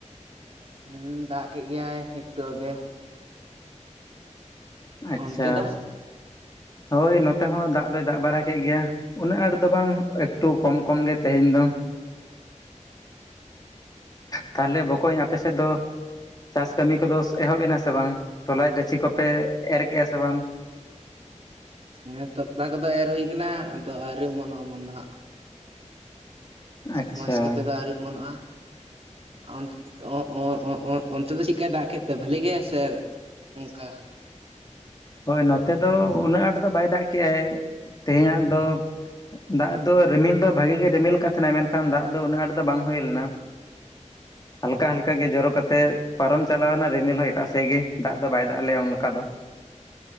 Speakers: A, on the right; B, on the left.
A: ᱦᱩᱸ ᱫᱟᱜ ᱠᱮᱜ ᱜᱮᱭᱟᱭ ᱮᱠᱴᱩ ᱟᱜᱮ᱾
B: ᱟᱪᱪᱷᱟ᱾
A: ᱚᱱᱛᱮ ᱫᱚ
B: ᱦᱳᱭ ᱱᱚᱛᱮ ᱦᱚᱸ ᱫᱟᱜ ᱫᱚᱭ ᱫᱟᱜ ᱵᱟᱲᱟ ᱠᱮᱜ ᱜᱮᱭᱟ ᱩᱱᱟᱹᱜ ᱟᱸᱴ ᱫᱚ ᱵᱟᱝ ᱮᱠᱴᱩ ᱠᱚᱢ ᱠᱚᱢ ᱜᱮ ᱛᱮᱦᱮᱧ ᱫᱚ᱾ ᱛᱟᱦᱚᱞᱮ ᱵᱚᱠᱚᱧ ᱟᱯᱮ ᱥᱮᱫ ᱫᱚ ᱪᱟᱥ ᱠᱟᱹᱢᱤ ᱠᱚᱫᱚ ᱮᱦᱚᱵ ᱮᱱᱟ ᱥᱮ ᱵᱟᱝ? ᱛᱚᱞᱟᱭ ᱜᱟᱹᱪᱷᱤ ᱠᱚᱯᱮ ᱮᱨ ᱠᱮᱜ-ᱟ ᱥᱮ ᱵᱟᱝ?
A: ᱦᱮᱸ ᱛᱚᱞᱟ ᱠᱚᱫᱚ ᱮᱨ ᱦᱩᱭ ᱠᱟᱱᱟ ᱟᱫᱚ ᱟᱹᱣᱨᱤ ᱚᱢᱚᱱᱚᱜ ᱚᱢᱚᱱ ᱫᱚ ᱦᱟᱸᱜ,
B: ᱟᱪᱪᱷᱟ
A: ᱢᱚᱸᱡᱽ ᱠᱚᱛᱮ ᱫᱚ ᱟᱹᱣᱨᱤ ᱚᱢᱚᱱᱚᱜᱼᱟ᱾ ᱚᱱᱛᱮ‌ ᱚᱸᱻᱚᱸᱻ ᱚᱸᱻ ᱚᱸᱻ ᱚᱱᱛᱮ ᱫᱚ ᱪᱮᱫᱠᱟᱭ ᱫᱟᱜ ᱠᱮᱫ ᱛᱮ ᱵᱷᱟᱹᱞᱤ ᱜᱮ ᱥᱮ ᱚᱝᱠᱟ?
B: ᱦᱳᱭ ᱱᱚᱛᱮ ᱫᱚ ᱩᱱᱟᱹᱜ ᱟᱸᱴ ᱫᱚ ᱵᱟᱭ ᱫᱟᱜ ᱠᱮᱜ-ᱟᱭ ᱛᱮᱦᱮᱧᱟᱜ ᱫᱚ, ᱫᱟᱜ ᱫᱚ ᱨᱤᱢᱤᱞ ᱫᱚ ᱵᱷᱟᱜᱤ ᱜᱮ ᱨᱤᱢᱤᱞ ᱠᱟᱜ ᱛᱟᱦᱮᱸᱱᱟᱭ ᱢᱮᱱᱠᱷᱟᱱ ᱫᱟᱜ ᱫᱚ ᱩᱱᱟᱹᱜ ᱟᱸᱴ ᱫᱚ ᱵᱟᱝ ᱦᱩᱭ ᱞᱮᱱᱟ᱾ <inaudible> ᱦᱟᱞᱠᱟ ᱦᱟᱞᱠᱟ ᱜᱮ ᱡᱚᱨᱚ ᱠᱟᱛᱮᱫ ᱯᱟᱨᱚᱢ ᱪᱟᱞᱟᱣᱱᱟ ᱨᱤᱢᱤᱞ ᱦᱚᱸ ᱮᱴᱟᱜ ᱥᱮᱫ ᱜᱮ ᱫᱟᱜ ᱫᱚ ᱵᱟᱭ ᱫᱟᱜ ᱞᱮᱭᱟ ᱚᱱᱠᱟ ᱫᱚ᱾